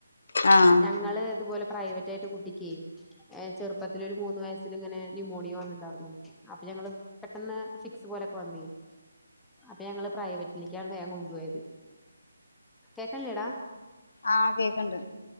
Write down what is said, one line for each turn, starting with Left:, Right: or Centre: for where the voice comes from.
Left: ആഹ്
Centre: ഞങ്ങള് ത്പോലെ പ് പ്രൈവറ്റ് ആയിറ്റ് കുട്ടിക്കേയ് ചെർപ്പത്തിലൊര് മൂന്ന് വെയസിലിങ്ങനെ ന്യുമോണിയ വന്ന്ണ്ടാർന്നു അപ്പ ഞങ്ങള് പെട്ടെന്ന് ഫിക്സ് പോലക്കെ വന്നേയ് അപ്പ ഞങ്ങള് പ്രൈവറ്റിലേക്കാണ് വേഗം കൊണ്ട് പോയത് കേക്കൺല്ലേടാ
Left: ആഹ് കേക്ക്ണ്ട്